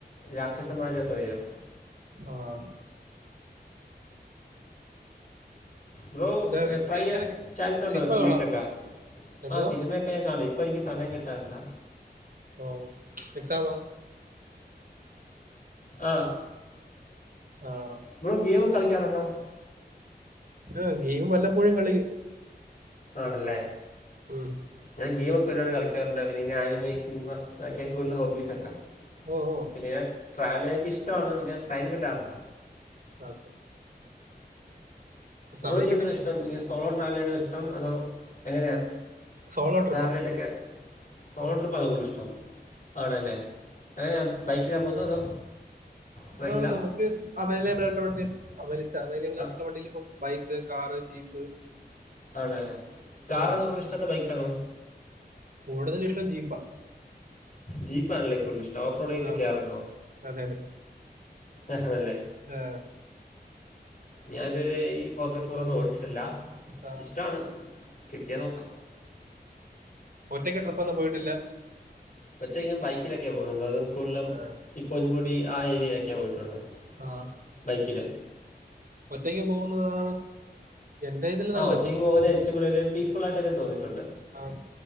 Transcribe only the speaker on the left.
രാക്ഷസന്മാരൊക്കെ വരും
ബ്രോ.
ട്രൈ ചെയ്യാൻ
ചാൻസ് ഉണ്ടോ
സീരീസൊക്കെ?
ആ സിനിമക്കെ ഓക്കേ ഞാൻ കണും ഇപ്പൊ എനിക്ക് സമയം കിട്ടാറില്ല
ആഹ്
ബ്രോ. ഗെയിമൊക്കെ കളിക്കാറുണ്ടോ?
ആണ ല്ലേ
ഞാൻ ഗെയിമൊക്കെ ഒരുപാട് കളിക്കാറുണ്ട് പിന്നെ ആനിമി സിനിമ അതൊക്കെ ആഹ് കൂടുതൽ ഹോബ്ബിസൊക്കെ
പിന്നെ ഞാൻ ട്രാവൽ കെ ഇഷ്ടമാണ് പിന്നെ ടൈം കിട്ടാറില്ല
ബ്രോയ്ക്ക്എന്താ
ഇഷ്ടം? ഇങ്ങനെ സോളോ ട്രാവൽ ചെയ്യുന്നതാണോ ഇഷ്ടം? അതോ എങ്ങനെയാ
ഫാമിലിയായിട്ടൊക്കെ സോളോ ട്രിപ്പ് ആണോ കൂടുതൽ ഇഷ്ടം. ആണല്ലേ എങ്ങനെയാ ബൈക്കിലാ പോകുന്നത് അതോ ട്രെയിനിലാ
ആ
അതെ കാറാനോ
കൂടുതൽ ഇഷ്ടം അതോ ബൈക്കാനോ?
ജീപ്പാണല്ലേ കൂടുതൽ ഇഷ് ഓഫ് റോഡ് ഒക്കെ
ചെയ്യാറുണ്ടോ?
ആഹ് അല്ലേ?
ഞാൻ ഇതുവരെയും ഈ ഫോർ ബൈ ഫോർ ഒന്നും ഓടിച്ചിട്ടില്ല.
ഇഷ്ടാണ്. കിട്ടിയാ നോക്കാം.
ഒറ്റയ്ക്ക് ഞാൻ ബൈക്കിലൊക്കെയാ പോകുന്നത് കൊല്ലം
ഈ പൊന്മുടി ആ ഏരിയായിലൊക്കെയാ പോയിട്ടുള്ളു.
ബൈക്കില്.
ആ
ഒറ്റക്ക് പോകുന്നത് ഇച്ചിരി കൂടെ ഒരു പീസ് ഫുൾ ആയിട്ടൊക്കെ തോന്നിട്ടുണ്ട്.